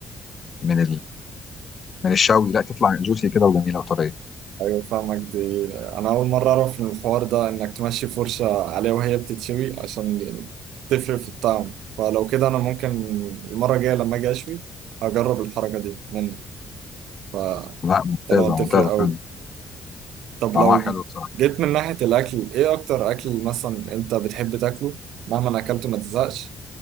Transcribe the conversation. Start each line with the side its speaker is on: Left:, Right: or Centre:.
Left: من من الشوي لا تطلع جوسي كده وجميله وطريه
Right: أيوة فاهمك دي أنا أول مرة أعرف إن الحوار ده إنك تمشي فرشة عليها وهي بتتشوي عشان تفرق في الطعم فلو كده أنا ممكن المرة الجاية لما أجي أشوي هجرب الحركة دي منك فطالما
Left: لا ممتازه
Right: بتفرق
Left: ممتازه
Right: أوي
Left: فعلا
Right: طب
Left: طعمها
Right: لو
Left: حلو بصراحه
Right: جيت من ناحية الأكل إيه أكتر أكل مثلا أنت بتحب تاكله مهما أكلته ما تزهقش